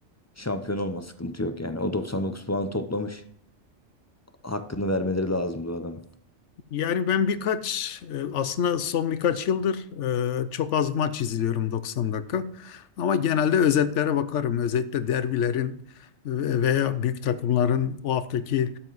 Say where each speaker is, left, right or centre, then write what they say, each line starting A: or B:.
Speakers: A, on the left; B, on the left.
A: Şampiyon olma sıkıntı yok yani. O 99 puan toplamış. Hakkını vermeleri lazım bu adamın.
B: Yani ben birkaç e, aslında son birkaç yıldır e, çok az maç izliyorum 90 dakika. Ama genelde özetlere bakarım. Özellikle derbilerin ve- veya büyük takımların o haftaki